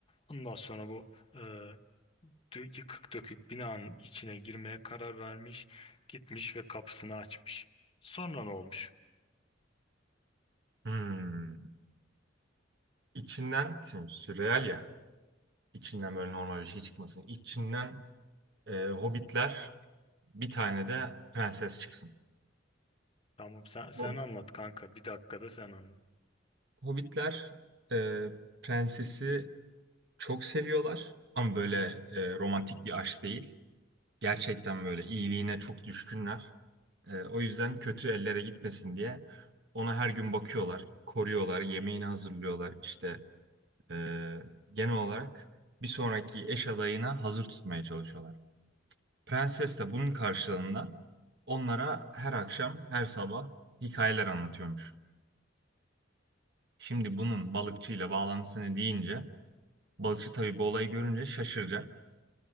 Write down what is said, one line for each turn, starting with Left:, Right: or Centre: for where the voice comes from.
Left: Ondan sonra bu eee, dö- yıkık dökük binanın içine girmeye karar vermiş. Gitmiş ve kapısını açmış. Sonra ne olmuş?
Right: Hmm. İçinden, şimdi sürreal ya. İçinden böyle normal bir şey çıkmasın. İçinden e, Hobbitler, bir tane de prenses çıksın.
Left: Tamam sen,
Right: Bu
Left: sen anlat kanka bir dakikada sen anlat.
Right: Hobbitler e, prensesi çok seviyorlar. Ama böyle e, romantik bir aşk değil. Gerçekten böyle iyiliğine çok düşkünler. Ee, o yüzden kötü ellere gitmesin diye ona her gün bakıyorlar, koruyorlar, yemeğini hazırlıyorlar. İşte ee, genel olarak bir sonraki eş adayına hazır tutmaya çalışıyorlar. Prenses de bunun karşılığında onlara her akşam, her sabah hikayeler anlatıyormuş. Şimdi bunun balıkçıyla bağlantısını deyince, balıkçı tabii bu olayı görünce şaşıracak.